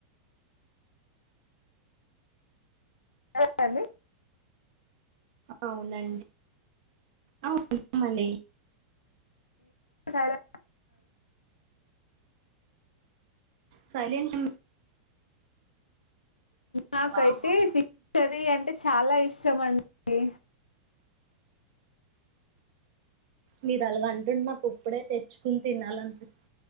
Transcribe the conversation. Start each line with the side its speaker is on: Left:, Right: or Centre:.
Left: ఏం అండి.
Right: అవునుఅండీ ఆహ్ అవునండి.
Left: హలో.
Right: సైలెంట్ ఉన్.
Left: నాకైతే
Right: బామా
Left: ఫిష్ కర్రీ అంటే చాలా ఇష్టం. ఇష్టం అండి.
Right: మీరు అలాగ అంటుంటే నాకు ఇప్పుడే తెచ్చుకుని తినాలినిపిస్తుంది.